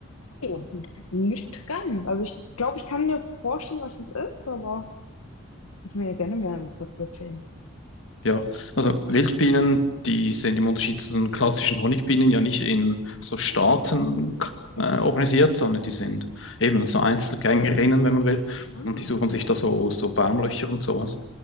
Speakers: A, on the left (about 80°); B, on the left (about 60°).
A: Ja, nicht ganz. Also ich glaube, ich kann mir vorstellen, was es ist, aber ich will ja gerne mehr dazu erzählen.
B: Ja, also Wildbienen, die sind im Unterschied zu den klassischen Honigbienen ja nicht in so Staaten
A: Mhm.
B: äh, organisiert, sondern die sind eben so Einzelgängerinnen, wenn man will.
A: Ah,
B: Und die suchen
A: okay.
B: sich da so, so Baumlöcher und sowas.